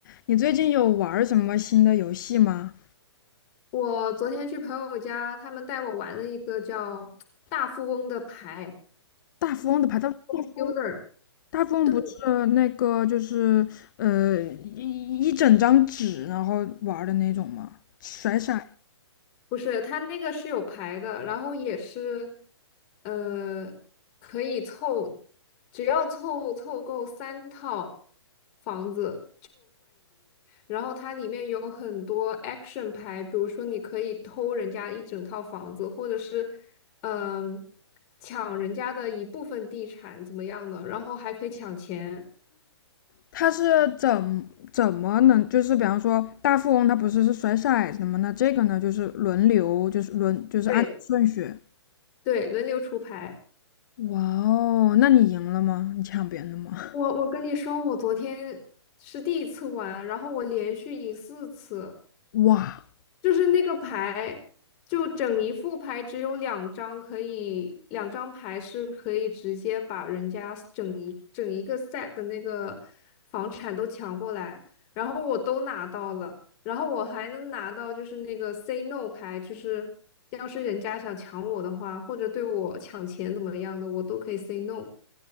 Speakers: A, on the left (about 45°); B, on the left (about 30°).
A: 你最近有玩什么新的游戏吗？
B: 我昨天去朋友家，他们带我玩了一个叫大富翁的牌
A: 大富翁的牌，大大富翁，
B: Home Builder。
A: 大富翁不是那个就是呃一一整张纸然后玩的那种吗？
B: 对，
A: 甩骰，
B: 不是，它那个是有牌的，然后也是，呃，可以凑，只要凑凑够三套房子，然后它里面有很多 action 牌，比如说你可以偷人家一整套房子，或者是，嗯、抢人家的一部分地产怎么样的，然后还可以抢钱。
A: 它是怎怎么能就是比方说大富翁它不是是甩骰子的吗？那这个呢就是轮流就是轮就是按顺序。
B: 对，对，轮流出牌。
A: 哇哦，那你赢了吗？你抢别人的吗？
B: 我我跟你说，我昨天是第一次玩，然后我连续赢四次，
A: 哇
B: 就是那个牌，就整一副牌只有两张可以，两张牌是可以直接把人家整一整一个 set 的那个房产都抢过来，然后我都拿到了，然后我还能拿到就是那个 say no 牌，就是要是人家想抢我的话，或者对我抢钱怎么样的，我都可以 say no。